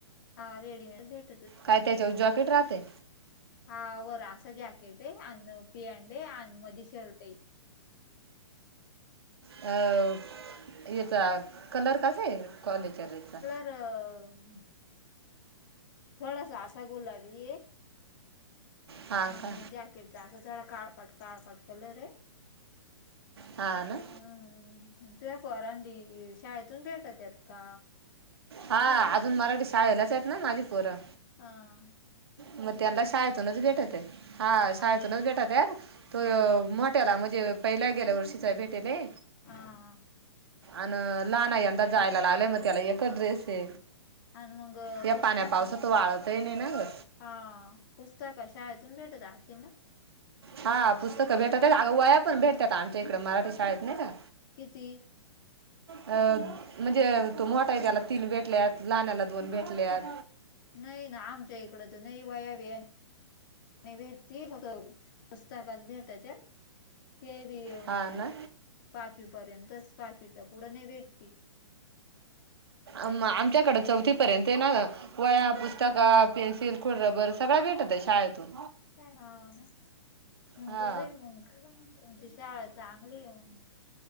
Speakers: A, on the left; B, on the right.
A: हा रेडीमेंट भेट
B: काय त्याच्यावर जॉकेट राहते.
A: हा वर असं जॅकेट हाय अन पीएँड आणि मध शर्ट हाय.
B: अ याचा कलर कस आहे कॉलेजच्या ड्रेस चा.
A: <unintelligible> थोडासा असा गुलाबी हे.
B: हा
A: आणि
B: का
A: जॅकेटचा असा थोडा काळपाट काळपाट कलर हाय.
B: हा ना.
A: हम त्या पोरांनी शाळेतून भेटतात का.
B: हा अजून मराठी शाळेलाच आहेत ना माझी पोरं.
A: आ.
B: मग त्यांना शाळेतूनच भेटत हा शाळेतूनच
A: आणि
B: भेटत तो.
A: हा
B: भेटल्यात म्हणजे पहिल्या गेल्या वर्षीचा भेटले.
A: हां हा
B: आनं लहाना यंदा जायला लागलंय मग त्याला एकच ड्रेसे
A: आणि मग
B: या
A: पुस्तक
B: पाण्यापावसात वाळतही नाही ना ग
A: हा पुस्तक शाळेतून भेटत असतील ना.
B: हा पुस्तकं भेटत अगं वाया पण भेटतात आमच्या इकड मराठी शाळेत नाही का.
A: किती?
B: अ म्हणजे तो मोठा आहे त्याला तीन भेटल्यात लहानला दोन
A: हा
B: भेटल्यात.
A: नाही ना आमच्या इकड तर नाही वया बिया. नाही भेटती फक्त व पुस्तकात भेटत्या ते बी अ
B: हा ना
A: पाचवी पर्यंतच पाचवीच्या पुढं नाही भेटती
B: अम आमच्याकडं चौथी पर्यंत आहे ना ग वह्या,
A: हा
B: पुस्तक, पेन्सिल, खोड रबर, सगळं भेटतय शाळेतून
A: काय हा ना मग
B: हा
A: बरं आहे मग तुमची शाळा चांगली आहे मग